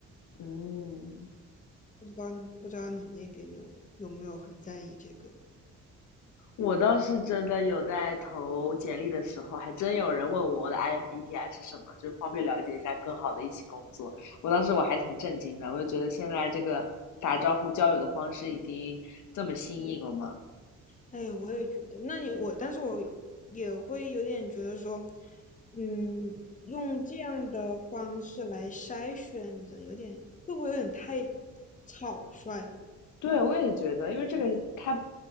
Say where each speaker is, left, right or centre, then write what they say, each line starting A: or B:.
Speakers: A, on the left; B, on the left.
A: 嗯
B: 不知道你不知道你那边有有没有很在意这个？
A: 我倒是真的有在投简历的时候，还真有人问我的 IMBTI 是什么，就方便了解一下更好的一起工作。我当时我还挺震惊的，我就觉得现在这个打招呼交友的方式已经这么新颖了吗？
B: 哎，我也觉得，那你我，但是我也会有点觉得说，嗯，用这样的方式来筛选人，有点会不会有点太草率了？
A: 对，我也觉得，因为这个它